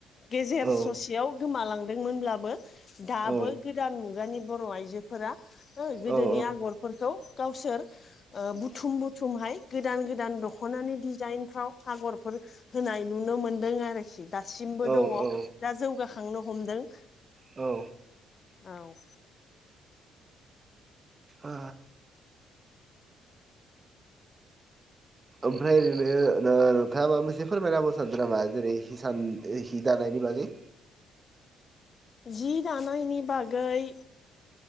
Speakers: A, on the left; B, on the right.
A: गेजेर
B: औ
A: ससेयाव गोमालांदोंमोनब्लाबो दाबो
B: औ
A: गोदान मुगानि बर' आइजोफोरा गोदोनि
B: औ
A: आगरफोरखौ गावसोर बुथुम बुथुम गोदान गोदान दख'नानि डिजाइनफ्राव आगरफोर होनाय नुनो मोनदों आरोखि दासिमबो
B: औ
A: दङ
B: औ
A: दा जौगाखांनो हमदों
B: औ
A: औ
B: ओ ओमफ्राय ओरैनो नोंथाङा माबा मोनसे फोरमायनाहोबावनो सानदों नामा जेरै हिसान हि दानाय बेबादै
A: जि दानायनि बागै